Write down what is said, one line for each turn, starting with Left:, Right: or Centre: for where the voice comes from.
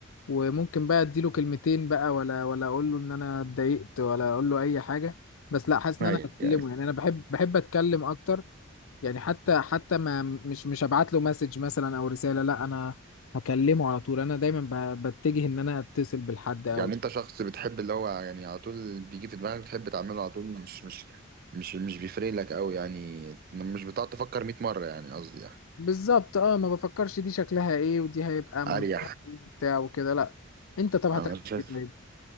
Left: وممكن بقى اديله كلمتين بقى ولا ولا اقول له ان انا اتضايقت ولا اقول له اي حاجه بس لا حاسس ان
Right: ايوه
Left: انا هكلمه يعني انا بحب بحب اتكلم اكتر يعني حتى حتى ما مش مش هبعت له مسج مثلا او رسالة لا انا هكلمه على طول انا دايما ب- بتجه ان انا اتصل بالحد قوي
Right: يعني انت شخص بتحب اللي هو يعني على طول بيجي في دماغك بتحب تعمله على طول مش مش مش مش بيفرق لك قوي يعني مش بتقعد تفكر 100 مرة يعني قصدي يعني.
Left: بالظبط اه ما بفكرش دي شكلها ايه ودي هيبقى منطقة
Right: اريح
Left: ايه وبتاع وكده لا انت طب هتعمل
Right: انا شايف
Left: ايه طيب